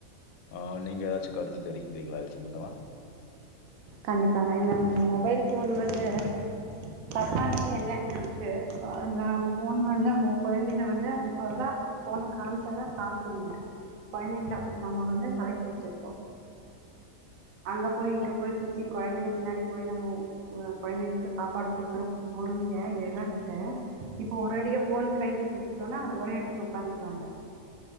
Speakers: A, on the left; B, on the right.
A: ஆ நீங்க ஏதாச்சு கருத்து தெரிவிக்கிறீங்களா இது சம்பந்தமா
B: கண்டிப்பாங்க இந்த இந்த மொபைல் போன் வந்து தத்தானது என்னங்கிறதுக்கு நா போன் வந்து குழந்தைங்க வந்து இப்பல்லாம் போன காமிச்சாதான் சாப்டுதுங்க கொழந்தைங்கள அப்புடி
A: ம்
B: நம்ம வந்து பழகி வச்சிருக்கோம் அங்க போய் இங்க
A: ஆ-
B: போய் சுத்தி கொழந்தைங்க பின்னாடி போய் நம்ம கொழந்தைங்களுக்கு சாப்பாடு குடுக்குற பொறுமைய எழந்துட்டு இப்ப ஒரேடியா போன் கைல குடுத்துட்டோம்னா அது ஒரே இடத்துல உட்காந்துக்குவாங்க